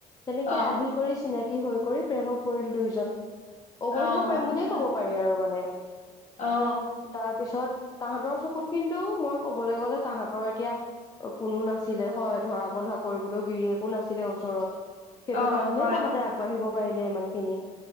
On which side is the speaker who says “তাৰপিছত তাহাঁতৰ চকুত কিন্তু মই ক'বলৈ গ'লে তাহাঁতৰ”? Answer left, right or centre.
Left